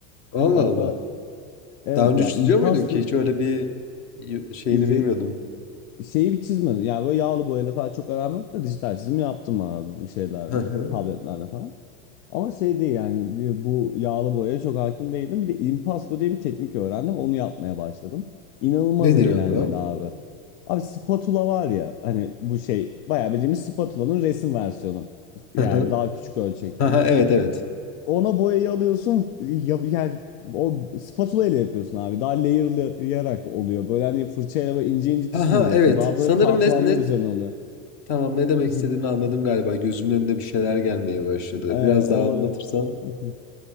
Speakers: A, on the left; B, on the left.
A: Allah
B: Hatta
A: Allah.
B: evet
A: Daha önce
B: yani
A: çiziyor
B: impasto
A: muydun ki? Hiç öyle bir y- şeyini
B: re-
A: bilmiyordum.
B: şeyi bir çizmedim. Yani böyle yağlı boyayla falan çok aram yok da dijital çizim yaptım abi bir şeylerle,
A: Hı hı.
B: tabletlerle falan. Ama şey değil yani e, bu yağlı boyaya çok hakim değilim. Bir de impasto diye bir teknik öğrendim. Onu yapmaya başladım. İnanılmaz
A: Nedir
B: eğlenceli
A: abi o?
B: abi. Abi spatula var ya hani bu şey bayağı bildiğimiz spatulanın resim versiyonu. Yani
A: Hı hı.
B: daha küçük ölçekte.
A: Aha, evet evet.
B: Ona boyayı alıyorsun ya, yani o spatula ile yapıyorsun abi. Daha layer'layarak oluyor. Böyle hani fırçayla böyle ince ince
A: Haha
B: çizmiyorsun.
A: evet.
B: Daha
A: Sanırım
B: böyle katmanlar
A: ne, ne
B: üzerine oluyor.
A: tamam ne demek
B: <laughs>
A: istediğini anladım galiba. Gözümün önünde bir şeyler gelmeye başladı.
B: Ee,
A: Biraz
B: olabilir.
A: daha anlatırsan.
B: <laughs>